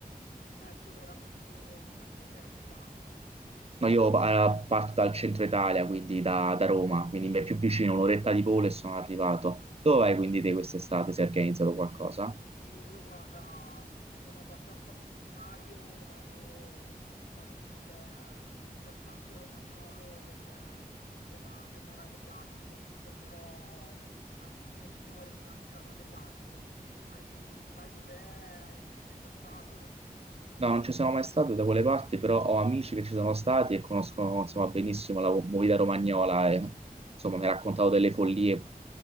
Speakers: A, on the left (about 80°); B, on the right (about 40°).
A: ci metto veramente un'eternità.
B: no, io pa- parto dal centro Italia, quindi da, da Roma, quindi mi è più vicino, un'oretta di volo e sono arrivato. Dove vai quindi te quest'estate se hai organizzato qualcosa?
A: Sì, io guarda, sono abbastanza abitudinario, vado, vado sul, sul versante romagnolo del, della- del Mar Adriatico, mi fermerò una decina di giorni a Misano Adriatico. Hai- sai dov'è? Hai- Ci sei già stato?
B: No, non ci sono mai stato da quelle parti, però ho amici che ci sono stati e conoscono, insomma, benissimo la movida romagnola e, insomma, mi ha raccontato delle follie